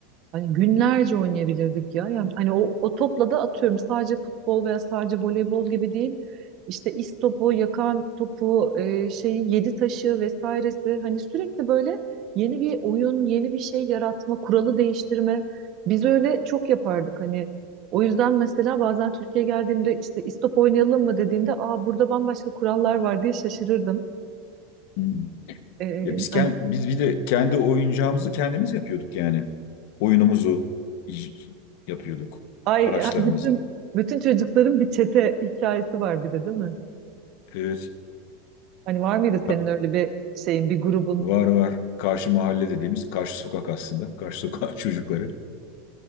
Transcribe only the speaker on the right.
hani günlerce oynayabilirdik ya. Yani hani o, o topla da atıyorum sadece futbol veya sadece voleybol gibi değil. İşte istopu, yakan topu, e, şeyi, yedi taşı vesairesi hani sürekli böyle yeni bir oyun, yeni bir şey yaratma, kuralı değiştirme. Biz öyle çok yapardık hani. O yüzden mesela bazen Türkiye'ye geldiğimde işte istop oynayalım mı dediğinde aa burada bambaşka kurallar var diye şaşırırdım.
Ee,
ay,
ay, bütün bütün çocukların bir çete hikayesi var bir de değil mi?
Hani var mıydı
senin öyle bir şeyin, bir grubun?